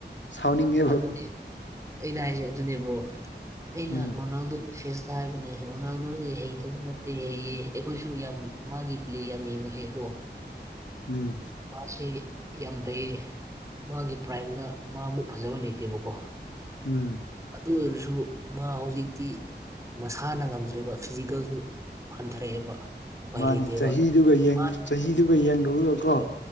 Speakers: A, on the left; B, on the right.
A: ꯁꯥꯎꯅꯤꯡꯉꯦ
B: ꯑꯗꯨꯅꯦ ꯑꯩꯅ ꯍꯥꯏꯖꯦ ꯑꯗꯨꯅꯦ ꯕ꯭ꯔꯣ ꯑꯩꯅ
A: ꯎꯝ
B: ꯔꯣꯅꯥꯜꯗꯣꯒꯤ ꯐꯦꯟꯁ ꯍꯥꯏꯕꯅꯦ ꯔꯣꯅꯥꯜꯗꯣꯖꯦ ꯍꯩꯇꯕ ꯅꯠꯇꯦ ꯍꯩꯌꯦ ꯑꯩꯈꯣꯏꯁꯨ ꯌꯥꯝ ꯃꯥꯒꯤ ꯄ꯭ꯂꯦ ꯌꯥꯝ ꯌꯦꯡꯉꯛꯑꯦꯀꯣ
A: ꯎꯝ
B: ꯃꯥꯁꯤ ꯌꯥꯝ ꯐꯩꯌꯦ ꯃꯥꯒꯤ ꯄ꯭ꯔꯥꯏꯝꯗ ꯃꯥꯃꯨꯛ ꯐꯖꯕ ꯂꯩꯇꯦꯕꯀꯣ
A: ꯎꯝ
B: ꯑꯗꯨ ꯑꯣꯏꯔꯁꯨ ꯃꯥ ꯍꯧꯖꯤꯛꯇꯤ ꯃꯁꯥꯅ ꯉꯝꯗ꯭ꯔꯦꯕ ꯐꯤꯖꯤꯀꯦꯜꯒꯤ ꯍꯟꯊꯔꯛꯑꯦꯕ ꯎꯄꯥꯏ
A: ꯃꯥꯅꯦ
B: ꯂꯩꯇꯦꯕ
A: ꯆꯍꯤꯗꯨꯒꯥ ꯌꯦꯡ
B: ꯃꯥꯅ
A: ꯆꯍꯤꯗꯨꯒ ꯌꯦꯡꯔꯨꯔꯥꯒꯥ ꯀꯣ